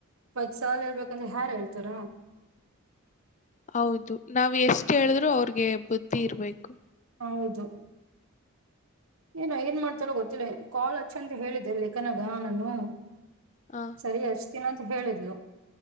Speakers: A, on the right; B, on the left.
A: ಪತ್ ಸಾಲ ಇೇಳ್ಬೇಕಂದ್ರೆ ಯಾರ ಹೇಳ್ತಾರ
B: ಹೌದು ನಾವ್ ಎಷ್ಟ ಹೇಳಿದ್ರು ಅವ್ರಿಗೆ ಬುದ್ಧಿ ಇರ್ಬೇಕು
A: ಹೌದು ಏನ ಏನ್ ಮಾಡ್ತಲ್ಲ ಗೊತ್ತಿಲ್ಲ ಕಾಲ್ ಹಚ್ಚು ಅಂತ ಹೇಳಿದೆ ಎಲ್ಲಿ ಅಕ್ಕನಗ ನಾನು
B: ಹ
A: ಸರಿ ಹಚ್ತೀನ ಅಂತ ಹೇಳಿದ್ಲು